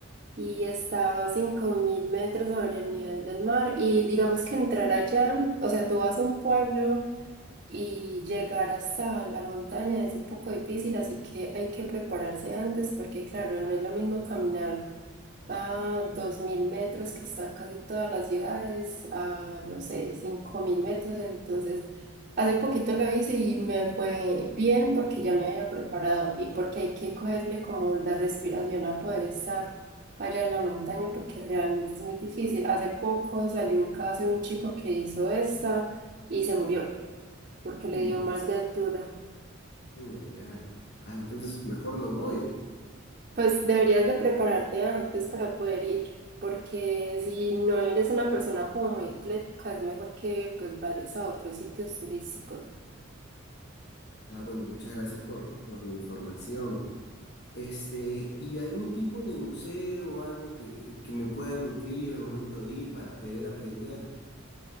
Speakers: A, on the right; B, on the left.
A: y está a 5.000 metros sobre el nivel del mar. Y digamos que entrar allá, o sea, tú vas a un pueblo y llegar hasta la montaña es un poco difícil, así que hay que prepararse antes porque, claro, no es lo mismo caminar a 2.000 metros que están casi todas las ciudades, a no sé, 5.000 metros. Entonces, hace poquito lo hice y me fue bien porque ya me había preparado y porque hay que cogerle como la respiración a poder estar allá en la montaña porque realmente es muy difícil. Hace poco salió un caso de un chico que hizo esta y se murió porque
B: Anda,
A: le dio
B: que
A: mal de altura.
B: Uy, ay, ay. Ah, entonces mejor no voy.
A: Pues deberías de prepararte antes para poder ir, porque si no eres una persona como muy atlética, es mejor que pues vayas a otros sitios turísticos.
B: Ah, bueno, muchas gracias por, por la información. Este, ¿y algún tipo de museo o algo que, que me pueda nutrir al momento de ir para poder aprender?